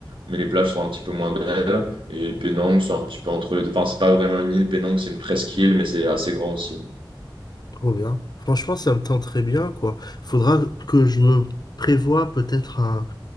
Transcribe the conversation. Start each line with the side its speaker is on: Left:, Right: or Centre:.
Right: mais les plages sont un petit peu moins belles. Et Penang, c'est un petit peu entre les deux. Enfin, c'est pas vraiment une île, Penang, c'est une presqu'île, mais c'est assez grand aussi.
Left: Trop bien. Franchement, ça me tente très bien, quoi. Faudra que je me prévoie peut-être un,